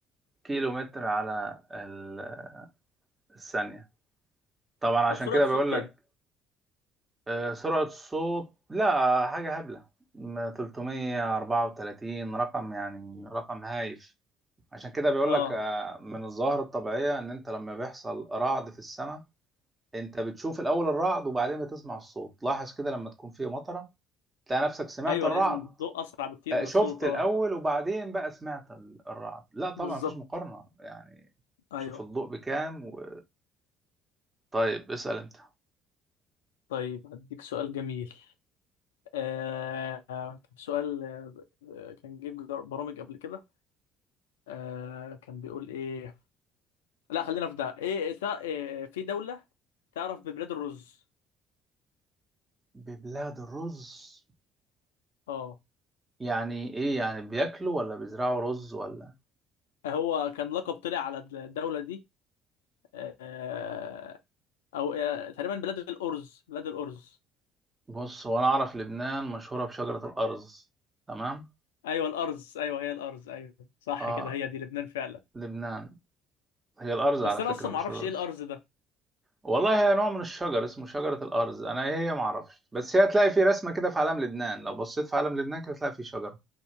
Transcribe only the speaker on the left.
طب سرعة
الصوت
كام
اه
ايوه
لان الضوء اسرع بكتير
من
الصوت اه
بالظبط
ايوه
طيب هديك سؤال جميل آه سؤال آه كان جيب جر- برامج قبل كده آه كان بيقول ايه لا خلينا في ده ايه تع- إيه في دولة تعرف ببلاد الرز
اه
هو كان لقب طلع على الدولة دي آه او آه تقريبا بلاد الأرز بلاد الأرز
ايوه الأرز ايوه هي الأرز ايوه صح
كده هي دي لبنان فعلا
بس
انا
اصلا
ما اعرفش
ايه الأرز ده